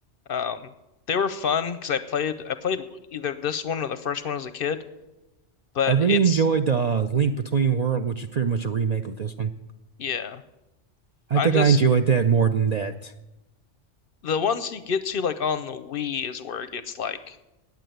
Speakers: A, on the left (about 55°); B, on the right (about 55°).
A: Um, they were fun because I played I played either this one or the first one as a kid, but
B: I really
A: it's
B: enjoyed the uh, Link Between World, which is pretty much a remake of this one.
A: yeah.
B: I
A: I
B: think
A: just
B: I enjoyed that more than that.
A: the ones you get to like on the Wii is where it gets like